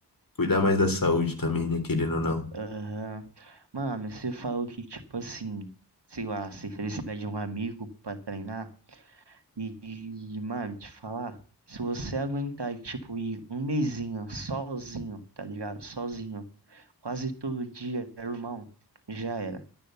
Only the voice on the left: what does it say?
cuidar mais da saúde também, né? Querendo ou não.